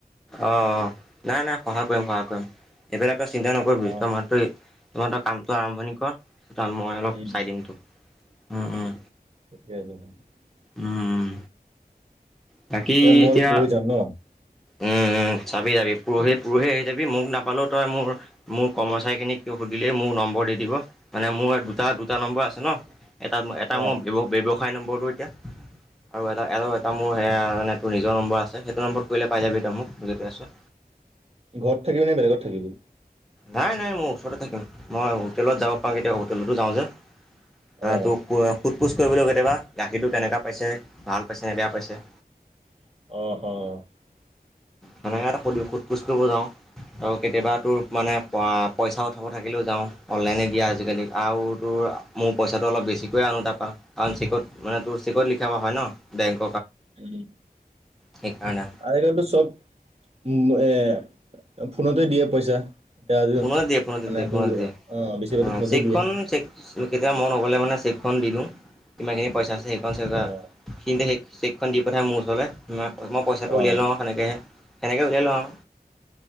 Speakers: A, in the centre; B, on the right.
A: অ, অ, নাই নাই সহায় কৰিম সহায় কৰিম এইবিলাক তই চিন্তা নকৰিবি
B: অ',
A: তই মাত্ৰ তই কামটো আৰম্ভণি কৰ মই অলপ
B: উম
A: চাই দিম তোক। উম, উম।
B: <unintelligible>
A: উম উম বাকী
B: এ মই
A: এতিয়া
B: পৰহি যাম ন। <inaudible>
A: উম চাবি যাবি পুৰহি - পুৰহি আহি যাবি মোক নাপালোও তই মোৰ মোৰ কৰ্মচাৰীখিনিক সুধিলে মোৰ নম - কৰি দিব মোৰ দুটা-দুটা নম্বৰ আছে ন এটা
B: অ',
A: মোৰ ব্য- ব্যৱসায়, ফাই নম্বৰটো এতিয়া আৰু এটা আৰু এটা মোৰ হেয়া মানে টো নিজৰ নম্বৰ আছে সেইটো নম্ব কৰিলে পাই যাবি মোক তই মোক জটেই আছ।
B: ঘৰত থাকিবি নে বেলেগত থাকিবি?
A: নাই-নাই ময়ো ওচৰতে থাকিম মই হোটেলত যাব পাৰো কেতিয়া হোটেলতো যাওঁ যে হাটো
B: অ',
A: খোৱা, সোত-পোছ কৰিবলৈ কেতিয়াবা গাখীৰটো কেনেকুৱা পাইছে ভাল পাইছেনে বেয়া পাইছে।
B: অ-অ
A: হেনেকা এটা শোদ পোছ কৰিব যাওঁ আৰু কেতিয়াবা তোৰ মানে পা পইচা উঠাব থাকিলেও যাওঁ অনলাইনে দিয়া আজিকালি আৰুতো মোৰ পইচাটো অলপ বেচিকৈ আনো তাৰ পৰা, কাৰন চেকত মানে তোৰ চেকত লিখা পঢ়া হয় ন, বেংক
B: উম, উম
A: সেইকাৰণে
B: আজিকালিতো চব উম এ ফোনতেই দিয়ে পইচা। এতিয়া আজি
A: ফোনত দিয়ে ফোনতে
B: মানে
A: দিয়ে
B: টো
A: ফোনত দিয়ে
B: অ' বেচিভাগতো
A: অঁ
B: ফোনতে
A: চেকখন
B: দিয়ে।
A: চেক কেতিয়াবা মই নগ'লে মানে চেকখন দি দিওঁ, কিমানখিনি পইচা আছে সেইখন চেক
B: অ'
A: সিহি'তে সেই চেকখন দি পঠাই মোৰ ওচৰলে, ম মই পইচাটো
B: অ'
A: উলিয়াই লওঁ হেনেকে হেনেকে উলিয়াই লওঁ আৰু।